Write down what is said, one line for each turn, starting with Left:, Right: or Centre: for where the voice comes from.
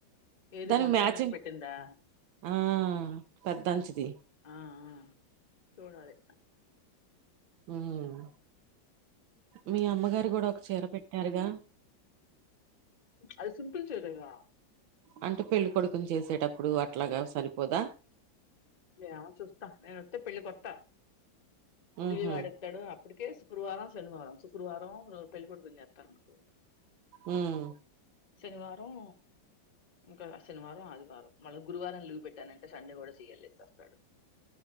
Left: ఏది
Right: దానికి
Left: మొన్న
Right: మ్యాచింగ్
Left: పండుగకు పెటిందా
Right: ఆ పెద్దంచిది
Left: ఆ ఆ చూడాలి
Right: ఉమ్ మీ అమ్మగారు కూడా ఒక చీర పెట్టారుగా
Left: అది సింపుల్ చీరెగా
Right: అంటే పెళ్ళి కొడుకుని చేసేటప్పుడు అట్లాగా సరిపోదా
Left: యేవో చూస్తా నేను వొతే పెళ్లికి వత్తా అభిగాడోతాడు
Right: ఉహు
Left: అప్పుటికే శుక్రవారం శనివారం శుక్రవారం పెళ్ళి కొడుకున్ని చెత్తరానుకో
Right: ఉమ్
Left: శనివారం ఇంకో శనివారం ఆదివారం మళ్ళీ గురువారం లీవ్ పెట్టానంటే సండే కూడా సి ఎల్ సస్తాడు